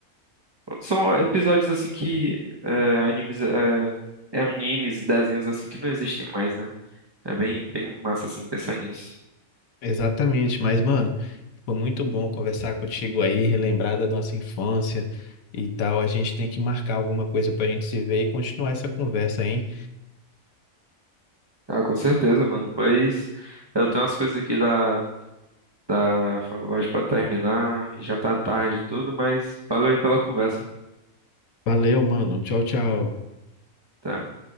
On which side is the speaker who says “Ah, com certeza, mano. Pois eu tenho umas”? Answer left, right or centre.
Right